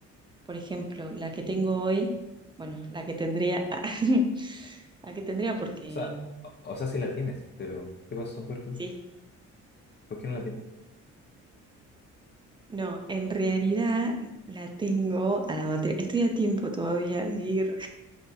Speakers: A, on the right; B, on the left.
A: Por ejemplo, la que tengo hoy, bueno, la que tendría, <laughs> la que tendría porque
B: O sea, o, o sea, sí la tienes, pero ¿qué pasó? ¿Por qué?
A: sí.
B: ¿Por qué no la tienes?
A: No, en realidad la tengo a la materia. Estoy a tiempo todavía de ir,